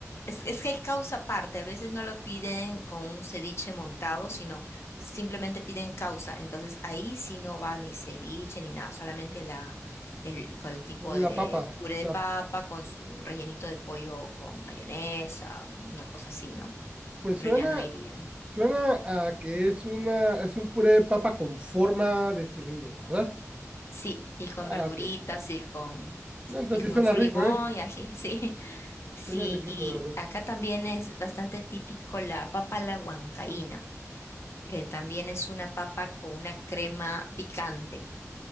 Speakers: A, on the left; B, on the right.
A: Es, es que hay causa aparte, a veces no lo piden con un ceviche montado, sino simplemente piden causa. Entonces ahí sí no va ni ceviche ni nada, solamente la, el, con el tipo
B: la
A: de
B: papa.
A: puré de
B: La-
A: papa con su rellenito de pollo con mayonesa, una cosa así, ¿no?
B: pues
A: Pero
B: suena,
A: ya no iría.
B: suena a que es una, es un puré de papa con forma de cilindro, ¿verdad?
A: Sí, y con
B: Ah,
A: verduritas
B: ok.
A: y con,
B: No, entonces
A: y con
B: sí suena
A: su
B: rico,
A: limón
B: ¿eh?
A: y ají, sí. <laughs> Sí,
B: Suena riquito,
A: y
B: la verdad.
A: acá también es bastante típico la papa a la huancaína, que también es una papa con una crema picante,